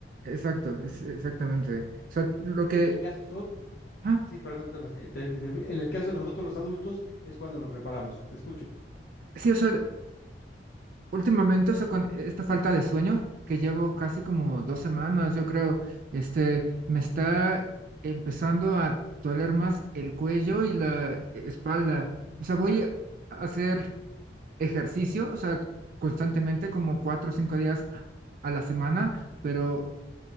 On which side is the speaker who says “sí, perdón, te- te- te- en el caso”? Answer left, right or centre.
Left